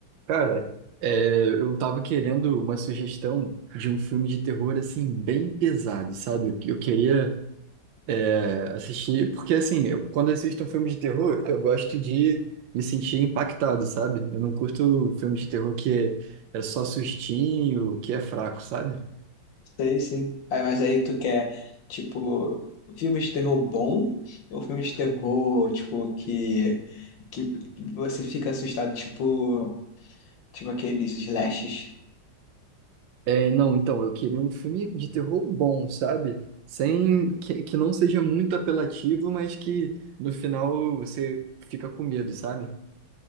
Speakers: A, on the right; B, on the left.
A: Cara, é, eu tava querendo uma sugestão de um filme de terror, assim, bem pesado, sabe? Eu queria, é, assistir, porque, assim, eu- quando assisto um filme de terror, eu gosto de me sentir impactado, sabe? Eu não curto filme de terror que é, é só sustinho, que é fraco, sabe?
B: Sei, sim. Aí, mas aí tu quer, tipo, filme de terror bom ou filme de terror, tipo, que, que você fica assustado, tipo, tipo aqueles slashes.
A: É, não, então, eu queria um filme de terror bom, sabe? Sem, que, que não seja muito apelativo, mas que no final você fica com medo, sabe?